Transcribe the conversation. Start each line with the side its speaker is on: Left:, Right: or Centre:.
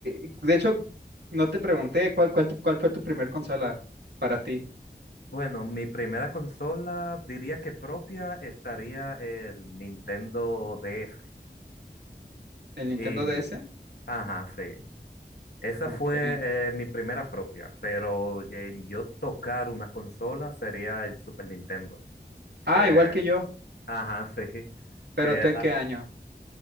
Right: y de hecho, no te pregunté cuál, cuál, tu- cuál fue tu primer consola para ti.
Left: Bueno, mi primera consola, diría que propia, estaría el Nintendo DS.
Right: ¿El Nintendo
Left: Y,
Right: DS?
Left: ajá, sí. Esa
Right: Ok.
Left: fue eh, mi primera propia, pero en yo tocar una consola sería el Super Nintendo,
Right: Ah,
Left: que,
Right: igual que yo.
Left: ajá, <laughs> sí,
Right: ¿Pero
Left: que
Right: tú
Left: a-
Right: en qué año?